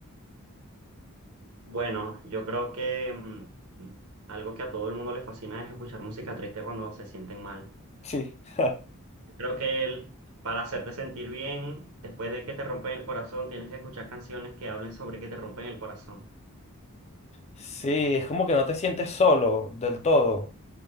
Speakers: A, on the right; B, on the left.
A: Bueno, yo creo que mm, algo que a todo el mundo le fascina es escuchar música triste cuando se sienten mal.
B: Sí. <laughs>
A: Yo creo que el- para hacerte sentir bien, después de que te rompen el corazón, tienes que escuchar canciones que hablen sobre que te rompen el corazón.
B: Sí, es como que no te sientes
A: Y-
B: solo del todo.